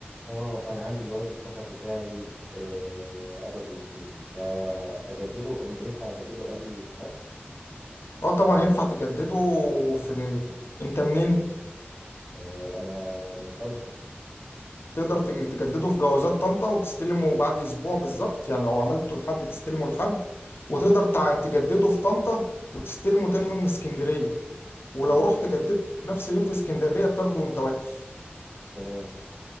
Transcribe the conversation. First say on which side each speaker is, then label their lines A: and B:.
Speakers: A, on the right; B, on the left.
A: آه أنا عندي جواز السفر بتاعي آه، قرب ينتهي فأجدده أم- ينفع أجدده قبل الميعاد؟
B: اه طبعا ينفع تجدده في انت منين
A: آه، أنا من طنطا
B: تقدر تج- تجدده في جوازات طنطا وتستلمه بعد اسبوع بالظبط يعني لو عملته لحد تستلمه لحد وتقدر تع- تجدده في طنطا وتستلمه تاني يوم من اسكندريه ولو
A: آه
B: رحت جددته في نفس اليوم في اسكندرية بتاخده وانت واقف
A: تمام